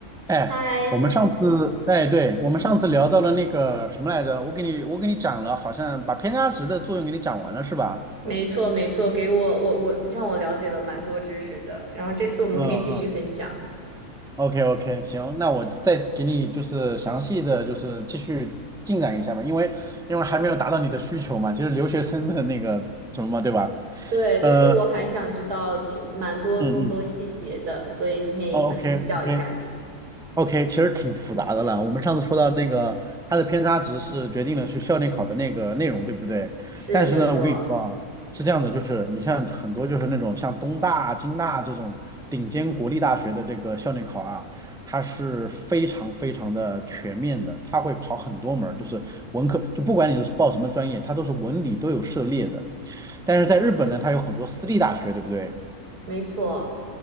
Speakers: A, in the centre; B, on the right.
A: 哎，
B: 嗨，
A: 我们上次，哎，对，我们上次聊到了那个什么来着？我给你，我给你讲了，好像把偏差值的作用给你讲完了，是吧？
B: 没错没错，给我我我让我了解了蛮多知识的，然后这次我们可以继续分享。
A: 嗯嗯。OK OK，行，那我再给你就是详细的就是继续进展一下吧，因为因为还没有达到你的需求嘛，其实留学生的那个什么嘛，对吧？
B: 对，就是我还想知道其蛮多更多细节的，
A: 呃，嗯嗯
B: 所以今天也想请教一下你。
A: ，OK OK，OK，其实挺复杂的了。我们上次说到那个，它的偏差值是决定了去校内考的那个内容，对不对？
B: 是，
A: 但是呢，
B: 没错，
A: 我跟你说啊，是这样的，就是你像很多就是那种像东大啊、京大啊这种顶尖国立大学的这个校内考啊，它是非常非常的全面的，它会考很多门儿就是文科，就不管你是报什么专业，它都是文理都有涉猎的。但是在日本呢，
B: 哦，
A: 它有很多私立大学，对不对？
B: 没错，